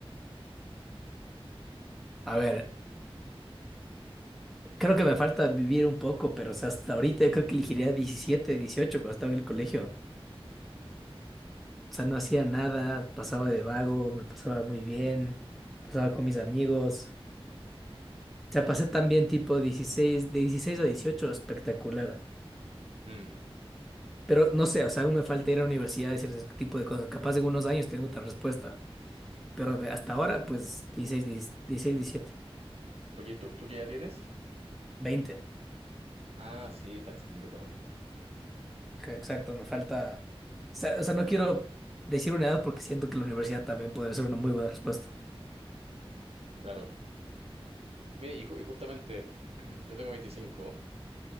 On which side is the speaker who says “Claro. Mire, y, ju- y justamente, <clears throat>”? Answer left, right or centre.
Right